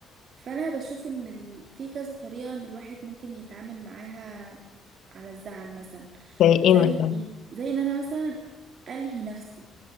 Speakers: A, on the right; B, on the left.
A: فأنا بشوف إن ال... في كذا طريقة إن الواحد ممكن يتعامل معاها على الزعل مثلا
B: زي ايه
A: زي
B: مثلا
A: إيه؟ زي إن أنا مثلا ألهي نفسي